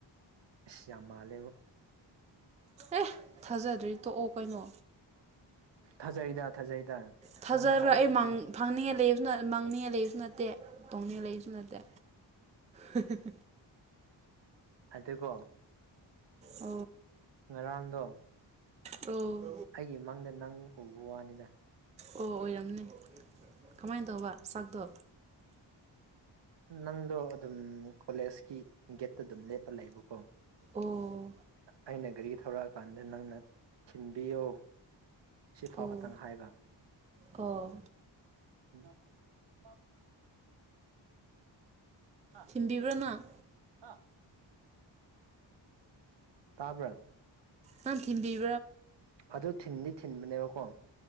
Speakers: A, on the right (about 65°); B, on the right (about 15°).
A: ꯌꯥꯝ ꯃꯥꯂꯦꯕꯣ
B: ꯑꯦ ꯊꯥꯖꯗ꯭ꯔꯤ ꯇꯣꯛꯑꯣ ꯀꯩꯅꯣ
A: ꯊꯥꯖꯩꯗ ꯊꯥꯖꯩꯗ
B: ꯐꯖꯔꯣꯏ
A: ꯅꯪꯅ ꯍꯥꯏꯕ
B: ꯑꯩ
A: ꯈꯨꯗꯤꯡ
B: ꯐꯪꯅꯤꯡꯉꯦꯕꯁꯨ ꯃꯥꯡꯅꯤꯡꯉꯦ ꯂꯩꯕꯁꯨ ꯅꯠꯇꯦ ꯇꯣꯡꯅꯤꯡꯉꯦ ꯂꯩꯕꯁꯨ ꯅꯠꯇꯦ <unintelligible>
A: ꯑꯗꯨꯀꯣ
B: ꯑ
A: ꯃꯔꯥꯡꯗ
B: ꯑꯣ
A: ꯑꯩꯒꯤ ꯃꯪꯗ ꯅꯪ ꯎꯕ ꯋꯥꯅꯤꯗ
B: ꯑꯣ ꯑꯣꯏꯔꯝꯅꯦ ꯀꯃꯥꯏꯅ ꯇꯧꯕ ꯆꯥꯛꯇꯣ
A: ꯅꯪꯗꯣ ꯑꯗꯨꯝ ꯀꯣꯂꯦꯖꯀꯤ ꯒꯦꯠꯇ ꯑꯗꯨꯝ ꯂꯦꯞꯄ ꯂꯩꯕꯀꯣ
B: ꯑꯣ
A: ꯑꯩꯅ ꯒꯥꯔꯤ ꯊꯧꯔꯛꯑꯀꯥꯟꯗ ꯅꯪꯅ ꯊꯤꯟꯕꯤꯌꯣ ꯁꯤꯐꯥꯎ
B: ꯑꯣ
A: ꯈꯇꯪ ꯍꯥꯏꯕ
B: ꯑꯣ
A: ꯣꯏ ꯑ
B: ꯊꯤꯟꯕꯤꯕ꯭ꯔꯥ ꯅꯪ
A: ꯑ ꯇꯥꯕ꯭ꯔꯥ
B: ꯃꯥꯟ ꯊꯤꯟꯗꯤ
A: ꯑꯗꯨ ꯊꯤꯟꯗꯤ ꯊꯤꯟꯕꯅꯦꯕꯀꯣ